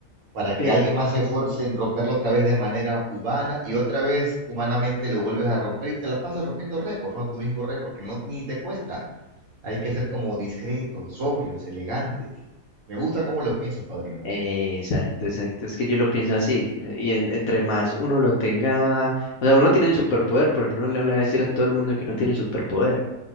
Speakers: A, on the right; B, on the left.
A: para que
B: Eh,
A: alguien más se esfuerce en romperlo otra vez de manera humana y otra vez humanamente lo vuelves a romper y te la pasas rompiendo récords, ¿no? Tu mismo récord que no ni te cuesta. Hay que
B: <laughs>
A: ser como discretos, sobrios, elegantes. Me gusta cómo lo piensas, padrino.
B: Eh, Exacto, exacto. Es que yo lo pienso así. eh, Y en- entre más uno lo tenga, o sea, uno tiene el superpoder, pero uno no le va a decir a todo el mundo que uno tiene el superpoder.